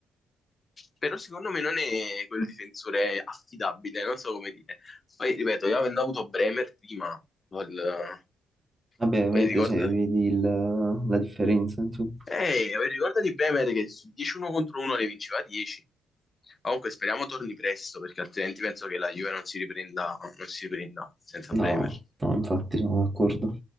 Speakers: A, on the left (about 35°); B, on the right (about 20°).
A: però secondo me non è quel difensore affidabile, non so come dire. Poi, ripeto, io avendo avuto Bremer prima, vol-
B: vabbè, ovviamente
A: poi ricorda...
B: se vedi il- la differenza, insomma.
A: Eh, ricorda di Bremer che su 10-1 contro 1 ne vinceva 10. Comunque speriamo torni presto, perché altrimenti penso che la Juve non si riprenda, non si riprenda senza
B: No,
A: Bremer.
B: no, infatti sono d'accordo.